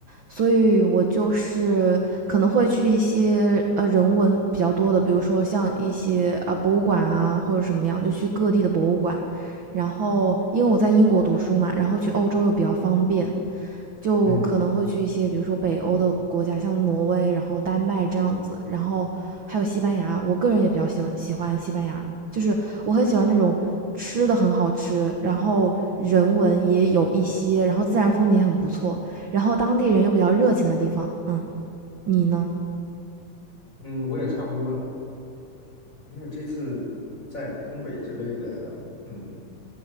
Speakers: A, on the right; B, on the left.
A: 所以我就是可能会去一些呃人文比较多的，比如说像一些啊、博物馆啊或者什么样，就去各地的博物馆。然后因为我在英国读书嘛，然后去欧洲又比较方便，就可能会去一些，
B: 嗯
A: 比如说北欧的国家，像挪威，然后丹麦这样子，然后还有西班牙。我个人也比较喜欢喜欢西班牙，就是我很喜欢那种吃的很好吃，然后人文也有一些，然后自然风景很不错，然后当地人又比较热情的地方。嗯，你呢？
B: 嗯，我也差不多了，因为这次在东北之类的，嗯。